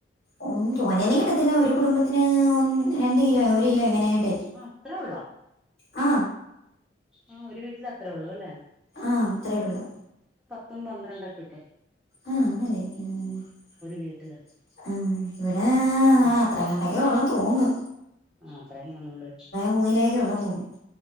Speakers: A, on the left (about 60°); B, in the centre.
A: ഒന്നു തോനെന്നേ കിട്ടത്തില്ല ഒരു കുടുംബത്തിന് ഒന് രണ്ട് കിലോ ഒരു കിലോ എങ്ങനെങ്ങണ്ടല്ലേ
B: ആ അത്ര ഒള്ളോ
A: ആ
B: ആഹ് ഒരു വീട്ടില് അത്ര ഉള്ളു അല്ലേ
A: ആഹ് അത്ര ഉള്ളു
B: ത്തും പന്ത്രണ്ടക്കെക്കെ
A: ആഹ് നല്ലേ ഉം-ഉം
B: വീട്ടില്
A: ഇവിടെ ആ
B: ഉം
A: അത്രങ്ങാണ്ടക്കെ ഒള്ളന്ന് തോന്ന്ന്ന്
B: ആ അത്രന്ന കാണുളേ
A: മൂന്ന് കിലോയൊക്കെ ഉള്ളെന്ന് തോന്നുന്നു